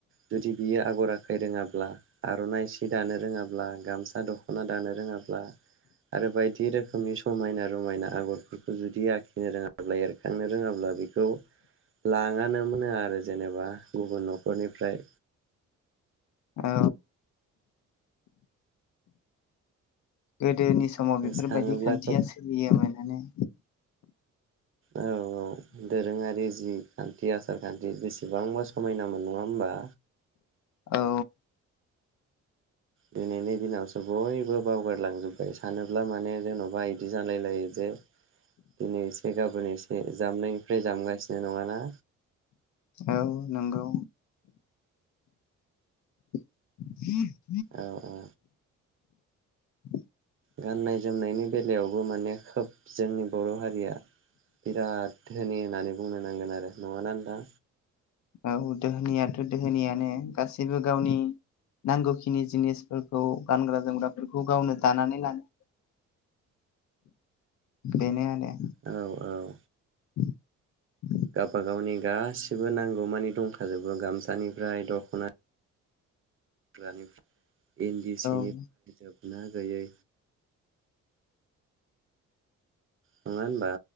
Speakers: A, on the right; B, on the left.
A: जुदि बियो आगर आखै रोङाब्ला आर'नाइ सि दानो रोङाब्ला गामसा दख'ना दानो रोङाब्ला आरो बायदि रोखोमनि समायना रमायना आगरफोरखौ जुदि आखि बिदिनो रोंआब्ला एर थांनो रोङाब्ला बेखौ लां लाङा मोन नो आरो जेनेबा गुबुन न'खरनिफ्राय
B: औ गोदोनि बे समाव
A: गोसोखाङोब्ला
B: बेफोरबायदि खान्थिया
A: खोब
B: सोलियोमोन नानो
A: औ औ दोरोङारि जि खान्थि आसार खान्थि बेसेबांबा समायनामोन नङा होमबा
B: औ
A: बेनिनो दिनाव बयबो बावगारलांजोबबाय सानोब्ला माने जेन'बा बिदि जालाय लायो जे दिनै एसे गाबोन एसे जाननायनिफ्राय जानलाय सिनाय नङाना
B: औ नंगौ ह
A: औ औ
B: <inaudible>
A: गाननाय जोमनायनि बेलायावबो माने खोब जोंनि बर' हारिया बिराद धोनि होननानै बुंनो नांगोन आरो नङाना नोंथां
B: औ दोहोनियाथ' दोहोनियानो गासैबो गावनि नांगौखिनि जिनिसफोरखौ गानग्रा जोमग्राफोरखौ गावनो दानानै लानो बेनो आरो
A: औ औ
B: <inaudible>
A: गावबागावनि गासिबो नांगौमानि दंखाजोबो गामसानिफ्राय दख'ना जोमग्रानिफ्राय इनदि सि निफ्राय
B: औ
A: जो नो गोयै नङा होनबा